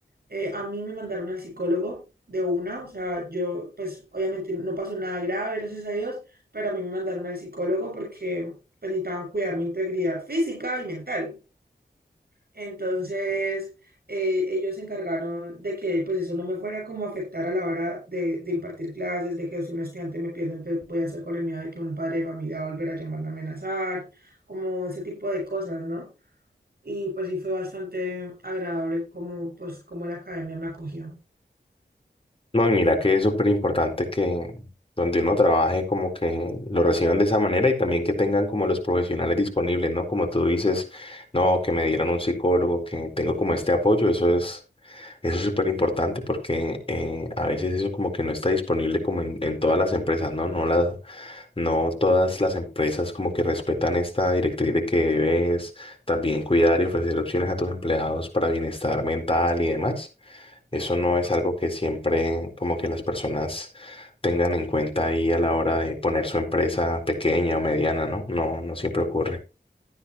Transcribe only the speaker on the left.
No, y mira que es súper importante que donde uno trabaje como que lo reciban de esa manera y también que tengan como los profesionales disponibles, ¿no? Como tú dices, no, que me dieron un psicólogo, que tengo como este apoyo, eso es, eso es súper importante porque eh, a veces eso como que no está disponible como en, en todas las empresas, ¿no? No las, no todas las empresas como que respetan esta directriz de que debes también cuidar y ofrecer opciones a tus empleados para bienestar mental y demás. Eso no es algo que siempre como que las personas tengan en cuenta ahí a la hora de poner su empresa pequeña o mediana, ¿no? No, no siempre ocurre.